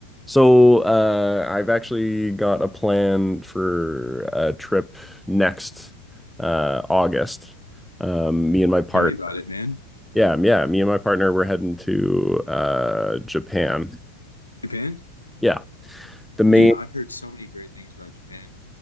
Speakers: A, in the centre; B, on the left (about 85°).
A: So, uh, I've actually got a plan for a trip next uh, August. Um, me and my part,
B: Tell me about it, man.
A: yeah, yeah, me and my partner, we're heading to uh, Japan.
B: Japan?
A: Yeah, the main,
B: Dude, I've heard so many great things about Japan.